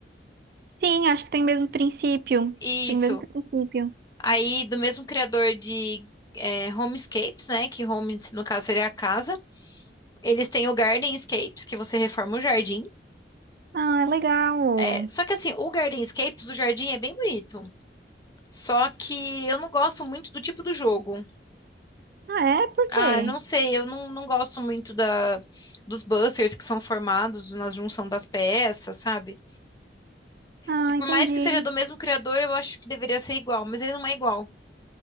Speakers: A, on the right; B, on the left.
A: Sim, acho que tem o mesmo princípio.
B: Isso.
A: Tem o mesmo princípio.
B: Aí, do mesmo criador de é, Homescapes, né? Que home, no caso, seria a casa. Eles têm o Gardenscapes, que você reforma o jardim.
A: Ah, é legal.
B: É, só que assim, o Gardenscapes, o jardim é bem bonito. Só que eu não gosto muito do tipo do jogo.
A: Ah, é? Por
B: Ah,
A: quê?
B: eu não sei, eu não, não gosto muito da, dos busters que são formados na junção das peças, sabe?
A: Ah,
B: Que por
A: entendi.
B: mais que seja do mesmo criador, eu acho que deveria ser igual, mas ele não é igual.